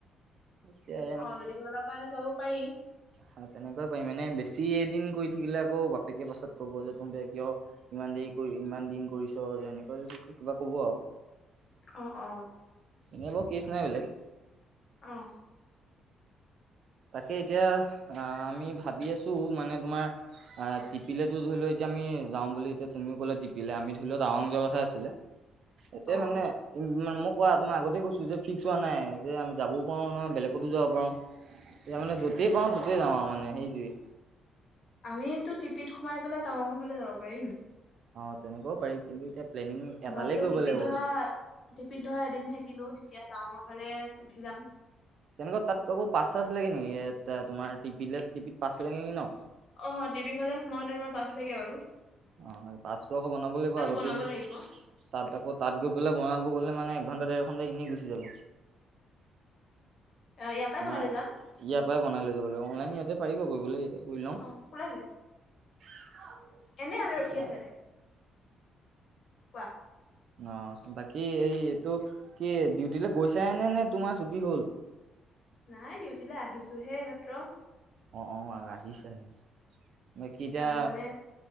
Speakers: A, on the right; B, on the left.
A: এতিয়া
B: অ' দুদিন মানৰ কাৰণে যাব পাৰি।
A: হয়। তেনেকুৱা পাই মানে বেছি এদিন কৰি থাকিলে আকৌ বাপেকে পাছত কব যে, তহঁতে কিয় ইমান দেৰি কৰি, ইমান দিন কৰিছ, এনেকুৱা কিবা কব আও।
B: অ', অ'।
A: এনেই বাও কেছ নাই বেলেগ।
B: অ'।
A: তাকে এতিয়া আ, আমি ভাবি আছো মানে তোমাৰ আ' টিপিলেতো ধৰি লওঁ, এতিয়া আমি যাওঁ বুলি এতিয়া তুমিও ক'লে টিপিলে। আমি ধৰি লোৱা টাৱাং যোৱা কথা আছিলে। এতিয়া
B: অ
A: মানে। মা মই কোৱা, তোমাৰ আগতে কৈছো যে ফিক্স হোৱা নাই, যে আমি যাবও পাৰো ন বেলেগকতো যাব পাৰো। এতিয়া মানে যতেই পাওঁ, ততেই যাওঁ আৰু মানে সেইটোৱে।
B: আমিতো টিপিত সোমাই পেলাই, টাৱাংৰ ফালে যাব পাৰিম।
A: অ, তেনেকুৱাও পাৰি। কিন্তু এতিয়া প্লেনিং
B: অ,
A: এটালে
B: তাৰপিছত
A: কৰিব
B: টিপিত
A: লাগিব
B: ধৰা, টিপিত ধৰা এদিন থাকিলো। তেতিয়া টাৱাঙৰফালে গুচি যাম।
A: তেনেকুৱা তাত আকৌ পাছ চাছ লাগে নেকি? তোমাৰ টিপিলে, টিপিত পাছ লাগে নেকি ন?
B: অ, টিপি ফালে সোমাওঁতে তোমাৰ পাছ লাগে আৰু।
A: অ, পাছটো আকৌ বনাব লাগিব আগতেই।
B: বনাব লাগিব
A: তাত আকৌ, তাত গৈ পেলাই বনাব গ'লে মানে এঘণ্টা, ডেৰ ঘণ্টা এনেই গুচি যাব।
B: ইয়াৰ পাই
A: তোমাৰ
B: বনাই লৈ যাম।
A: ইয়াৰ পাই বনাই লৈ যাব লাগিব। অনলাইন ইয়াতে পাৰিবা কৰিবলে, ইয়াতে কৰি লম।
B: অ ওলাইলে
A: <unintelligible>
B: এনে, আমি
A: তেতিয়া
B: ৰখি আছো ইয়াতে। কোৱা?
A: অ, বাকী এই এইটো কি ডিউটিলে গৈছাইনে, নে তোমাৰ ছুটি হ'ল?
B: নাই, ডিউটিলে আহিছোহে এই মাত্ৰ।
A: অ', অ', আহিছেহে। বাকী এতিয়া
B: অ', মানে